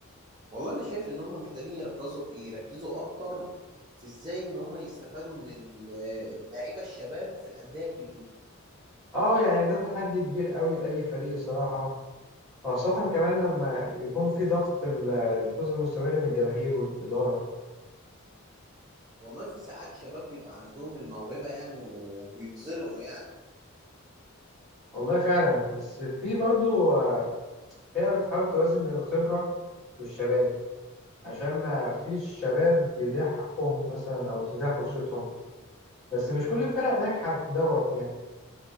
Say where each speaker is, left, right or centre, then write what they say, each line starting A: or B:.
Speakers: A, on the right; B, in the centre.
A: والله انا شايف ان هم محتاجين يركزوا يركزوا اكتر في ازاي ان هم يستفادوا من ال- اللعيبه الشباب في الانديه الكبيره
B: اه يعني ده تحدي كبير قوي لأي فريق الصراحة خاصة كمان لما يكون في ضغط ال- الفوز المستمر من الجماهير والإدارة
A: والله في ساعات شباب بيبقى عندهم الموهبه يعني وبيتظلموا يعني
B: والله فعلا بس في برضه آه، فرقة بتحاول توازن بين الخبرة والشباب عشان ما فيش شباب يضيع حقهم مثلا او تضيع فرصتهم بس مش كل الفرق ناجحة في دوت يعني